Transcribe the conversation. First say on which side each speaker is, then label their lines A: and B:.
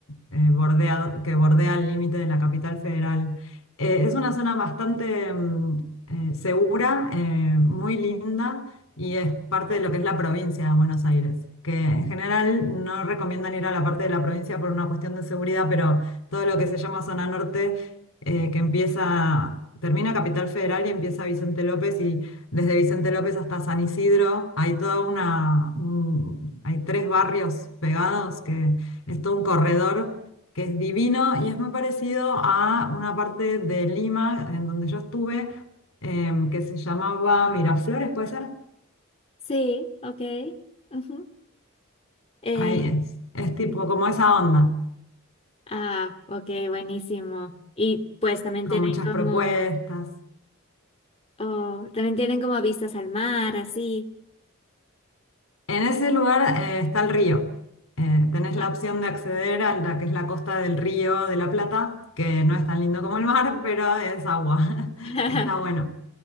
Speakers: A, on the left; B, on the left.
A: eh, bordea- que bordea el límite de la capital federal. Eh, es una zona bastante mm, eh, segura, eh, muy linda y es parte de lo que es la provincia de Buenos Aires, que en general no recomiendan ir a la parte de la provincia por una cuestión de seguridad, pero todo lo que se llama zona norte eh, que empieza, termina Capital Federal y empieza Vicente López y desde Vicente López hasta San Isidro hay toda una, un- hay tres barrios pegados que es todo un corredor que es divino y es muy parecido a una parte de Lima en donde yo estuve em, que se llamaba Miraflores, ¿puede ser?
B: Sí, ok. ujú. Eh,
A: Ahí es, es tipo
B: mm,
A: como esa onda,
B: ah, ok, buenísimo. Y pues también
A: con
B: tienen
A: muchas
B: como
A: propuestas.
B: Oh, también tienen como vistas al mar, así.
A: En ese lugar eh, está el río. Eh, tenés la
B: Ah,
A: opción de acceder a la que es la costa del río de la Plata, que no es tan lindo como el mar, <laughs> pero es agua. <laughs>
B: <laughs>
A: Está bueno.